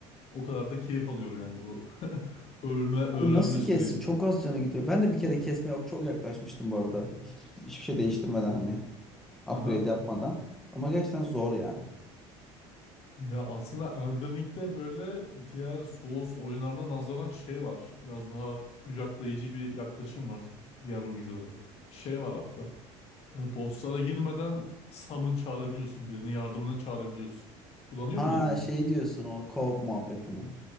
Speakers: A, on the left (about 50°); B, in the centre.
A: O kadar da keyif alıyorum yani bu <laughs> ölme öğrenme
B: Abi nasıl kessin?
A: sürecin.
B: Çok az canı gidiyor. Ben de bir kere kesmeye yok çok yaklaşmıştım bu arada. Hiç, hiçbir şey değiştirmeden hani
A: Aha.
B: upgrade yapmadan. Ama gerçekten zor ya.
A: Ya aslında Elden Ring'de böyle diğer Souls oyunlarına nazaran şey var. Biraz daha kucaklayıcı bir yaklaşım var diğer oyuncuları. Şey var hatta. e, Bosslara girmeden summon çağırabiliyorsun. Birini yardımına çağırabiliyorsun. Kullanıyor
B: Ha
A: muydun onu?
B: şey diyorsun o co-op muhabbetini.